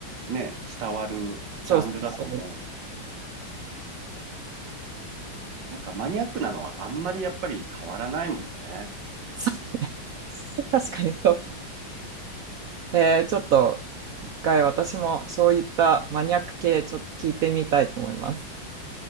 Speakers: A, on the right (about 60°); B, on the right (about 90°).
A: ね、伝わるジャンルだと思う。
B: そうそう。
A: なんかマニアックなのはあんまりやっぱり変わらないもんね。
B: <laughs> 確かにそうか。えー、ちょっと一回私もそういったマニアック系ちょっと聞いてみたいと思います。